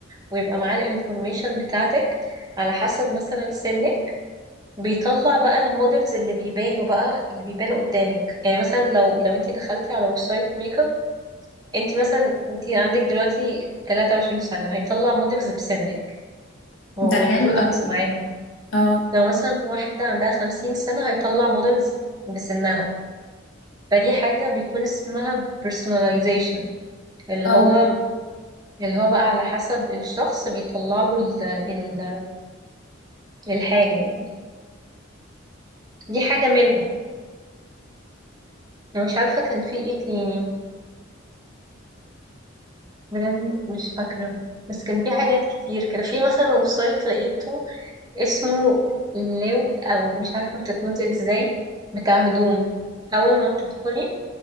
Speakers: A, on the right; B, on the left.
A: ويبقى معاه الانفورميشن بتاعتك على حسب مثلا سنك بيطلع بقى المودلز اللي بيبانوا بقى اللي بيبانوا قدامك يعني مثلا لو لو انت دخلتي على ويب سايت ميك اب انت مثلا انت عندك دلوقتي 23 سنة هيطلع موديلز بسنك والبرودكتس
B: ده حلو قوي
A: معاهم
B: اه
A: لو مثلا واحدة عندها 50 سنة هيطلع موديلز بسنها فدي حاجة بيكون اسمها personalization اللي
B: اه
A: هو اللي هو بقى على حسب الشخص بيطلع له ال... ال... الحاجة يعني دي حاجة منهم انا مش عارفة كان في ايه تاني بجد مش فاكرة بس كان في حاجات كتير كده في مثلا ويب سايت لقيته اسمه لوك او مش عارفه بتتنطق ازاي بتاع هدوم اول ما بتدخلي